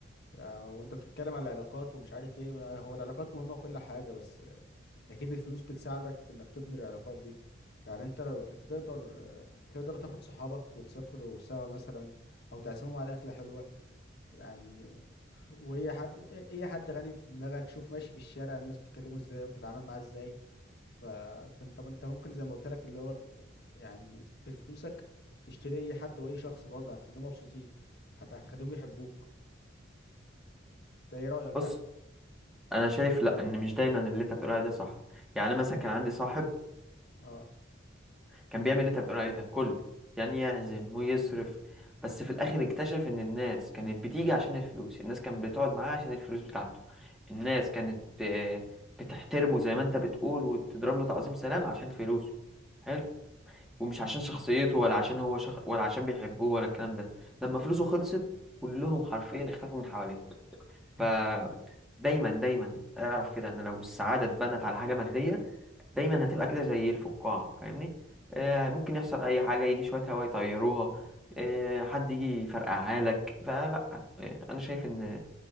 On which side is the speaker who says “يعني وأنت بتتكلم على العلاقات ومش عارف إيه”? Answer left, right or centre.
Left